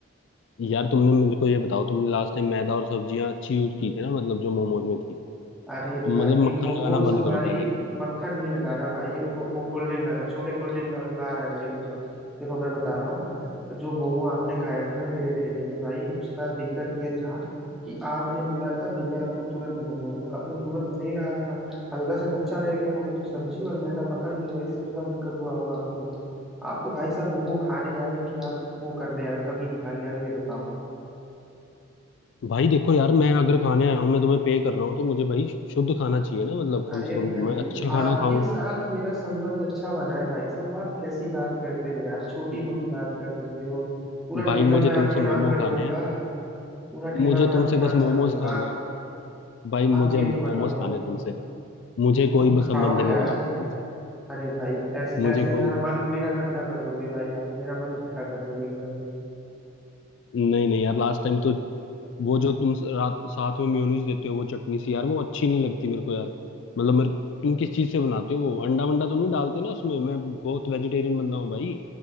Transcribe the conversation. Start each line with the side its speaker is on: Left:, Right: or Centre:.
Left: यार तुमने मेरे को ये बताओ तुमने लास्ट टाइम मैदा और सब्जियां अच्छी यूज की थी ना मतलब जो मोमोज में थी
Centre: अरे
Left: तुम
Centre: भाई
Left: मतलब मक्खन
Centre: मोमोज
Left: लगाना बंद
Centre: हमारी
Left: करो पहले तो
Centre: मक्खन नहीं लगा रहा भाई रुको मो कोल्ड ड्रिंक आ रहा है छोटे कोल्ड ड्रिंक ला, वो ला रहा है भाई रुक जाओ देखो मैं बता रहा हूँ जो मोमो आपने खाया था ना मेरे ठेले पे भाई उसका दिक्कत ये था कि आपने बोला था भैया हमको तुरंत मोमो दो अब मैं तुरंत दे रहा था हल्का सा कच्चा रह गया होगा तो सब्जी और मैदा पका नहीं होगा इसलिए थोड़ा दिक्कत हुआ होगा आपको आप तो भाई साहब मोमो खाने आए हो कि आप वो करने आए हो कमी निकालने आए हो ये बताओ
Left: भाई देखो यार मैं अगर खाने आया हूँ मैं तुम्हें पे कर रहा हूँ तो मुझे भाई शु- शुद्ध खाना चाहिए ना मतलब कम
Centre: अरे
Left: से कम
Centre: भाई
Left: मैं अच्छा खाना
Centre: आपके
Left: खाऊं
Centre: साथ मेरा संबंध अच्छा बना है भाई साहब आप कैसी बात करते हो यार छोटी मोटी बात कर देते हो पूरा
Left: भाई
Centre: ठेला
Left: मुझे
Centre: मैं
Left: तुमसे
Centre: आपके
Left: मोमो
Centre: नाम कर
Left: खाने
Centre: दूंगा
Left: हैं
Centre: पूरा ठेला
Left: मुझे
Centre: मैं
Left: तुमसे
Centre: आपके
Left: बस
Centre: नाम
Left: मोमोज
Centre: कर दूंगा
Left: खाने हैं भाई मुझे
Centre: आप ये
Left: मोमोज
Centre: तो बताओ
Left: खाने हैं तुमसे मुझे
Centre: तुम
Left: कोई
Centre: खाओ
Left: बस संबंध
Centre: यार
Left: नहीं बनाना तुमसे
Centre: अरे भाई ऐसे
Left: मुझे
Centre: ऐसे
Left: कोई
Centre: यार मन मेरा खट्टा कर दोगे भाई आप तो मेरा मन खट्टा कर दोगे एकदम
Left: नहीं नहीं यार लास्ट टाइम तो वो जो तुम रात साथ में मेयोनीज देते हो वो चटनी सी यार वो अच्छी नहीं लगती मेरे को यार मतलब मेरे तुम किस चीज से बनाते हो वो अंडा वंडा तो नहीं डालते ना उसमें मैं बहुत वेजिटेरियन बंदा हूँ भाई